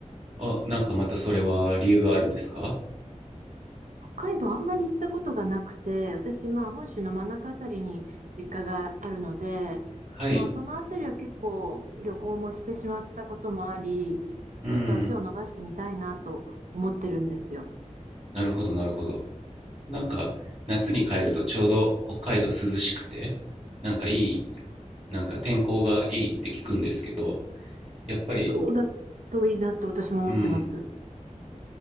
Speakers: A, on the right; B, on the right.
A: あ、なんかまたそれは理由があるんですか
B: 北海道あんまり行ったことがなくて、私、まあ、本州の真ん中あたりに実家があるので、
A: はい、
B: まあ、そのあたりは結構旅行もしてしまったこともあり、
A: うん、
B: ちょっと足を伸ばしてみたいなと思ってるんですよ。
A: なるほど、なるほど。なんか夏に帰るとちょうど北海道涼しくて、なんかいい、なんか天候がいいって聞くんですけど、やっぱり、
B: そうだといいなと私も思ってます。
A: うん、